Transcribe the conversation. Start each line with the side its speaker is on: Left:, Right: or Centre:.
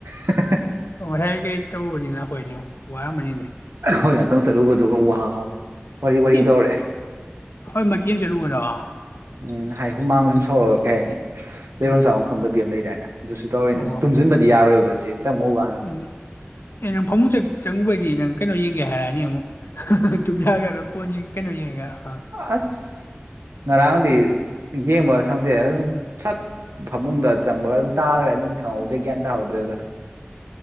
Right: <unintelligible>
Left: ꯑꯣ ꯉꯁꯥꯏ ꯀꯩ ꯇꯧꯔꯨꯕꯅꯤꯅ ꯍꯣꯏꯗꯤꯉꯣ ꯋꯥꯔꯝꯃꯅꯤꯅꯦ
Right: ꯍꯣꯏ ꯉꯥꯛꯇꯪ ꯆꯠꯂꯨꯕꯗꯨꯒ ꯋꯥꯕ ꯋꯥꯔꯤ ꯋꯥꯔꯤ
Left: ꯑꯦ
Right: ꯇꯧꯔꯦ
Left: ꯍꯣꯏ ꯃꯥꯏꯀꯦꯟ ꯆꯠꯂꯨꯕꯗꯣ
Right: ꯎꯝ ꯍꯥꯏ ꯍꯨꯃꯥꯡ ꯑꯗꯨꯝ ꯁꯧꯔꯒ ꯀꯩ ꯍꯥꯏꯅꯤ ꯂꯩꯐꯝ
Left: ꯎꯝ
Right: ꯆꯥꯐꯝ ꯈꯪꯗꯕꯤ ꯑꯃ ꯂꯩꯗꯥꯏꯅ ꯑꯗꯨꯁꯨ ꯇꯧꯔꯤꯅꯦ
Left: ꯑꯣ
Right: ꯇꯨꯝꯁꯤꯟꯕꯗꯤ ꯌꯥꯔꯣꯏꯕ ꯁꯤ ꯆꯪꯉꯨ ꯀꯥꯟꯗ
Left: ꯎꯝ ꯑꯦꯅꯦ ꯐꯃꯨꯡꯆꯪ ꯆꯪꯉꯨꯕꯗꯤ ꯅꯪ ꯀꯩꯅꯣ ꯌꯦꯡꯒꯦ ꯍꯥꯏꯔꯛꯑꯅꯤ ꯑꯃꯨꯛ ꯇꯨꯝꯌꯒꯗ꯭ꯔꯕ ꯄꯣꯠ ꯀꯩꯅꯣ ꯌꯦꯡꯒꯦ ꯍꯥꯔ
Right: ꯑꯁ ꯉꯔꯥꯡꯗꯤ ꯃꯤꯡꯁꯦꯟ ꯌꯦꯡꯕꯒ ꯁꯪꯗꯦ ꯑꯗꯨꯝ ꯁꯠ ꯐꯃꯨꯡꯗ ꯆꯪꯕꯒ ꯑꯗꯨꯝ ꯇꯥꯈꯒꯔꯦ ꯑꯗꯨꯝ ꯈꯪꯍꯧꯗꯦ ꯒ꯭ꯌꯥꯟ ꯇꯥꯍꯧꯗ꯭ꯔꯦ ꯗꯥ